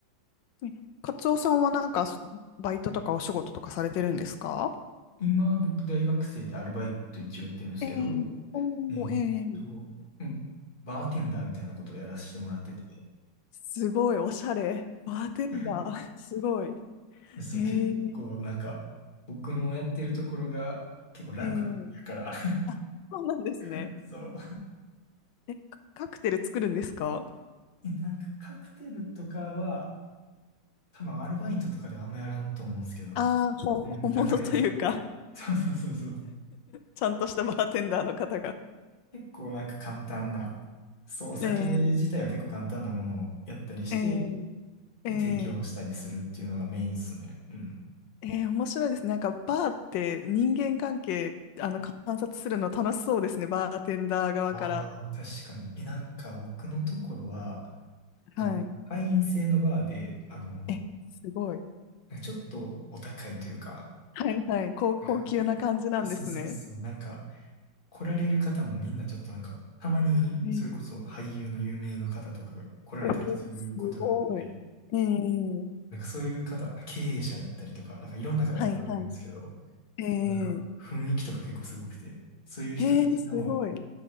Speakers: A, on the left; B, on the left.
A: えカツオさんはなんかバイトとかお仕事とかされてるんですか
B: 今、僕、大学生でアルバイト一応やってるんですけど、
A: ええおー、
B: えっとう、
A: えー
B: んバーテンダーみたいなことをやらせてもらってて、
A: すごい、おしゃれ。バーテンダー、
B: <laughs>
A: <laughs> すごい。
B: でそう、
A: ええ
B: 結構なんか、僕のやってるところが結構楽やから、
A: ええそうなんですね。
B: <laughs> そう。
A: え、カカクテル作るんですか
B: え、なんかカクテルとかは、多分アルバイトとかではあんまやらんと思うんですけど、
A: ああー、本、
B: うん、
A: 本物というか、
B: だから、
A: <laughs>
B: <laughs> そうそうそうそう。
A: ちゃんとしたバーテンダーの方が。
B: 結構なんか簡単な、そう、お酒自体は結構簡単なものをやったりして、
A: えー、えー、えー、
B: で、提供したりするっていうのがメインっすね。うん。
A: えー面白いですね。なんかバーって人間関係、あの、観察するの楽しそうですね。バーテンダー側から。
B: ああ、確かに。え、なんか僕のところは、
A: はい。
B: あの、会員制のバーで、あの、
A: え、すごい。
B: ちょっとお高いというか、
A: はいはい。高、高級な感じなんですね。
B: なんか、そうそうそうそう、なんか、来られる方もみんなちょっとなんか、たまに、
A: えー、
B: それこそ俳優の有名の方とかが来られたりすることがあって、
A: おー、すごい。えー、
B: なんかそういう方、経営者やったりとか、なんかいろんな方が来られるんですけど、
A: はいはい。え
B: なんか、
A: ー、
B: 雰囲気とか結構すごくて、そういう人たちの
A: えー、すごい。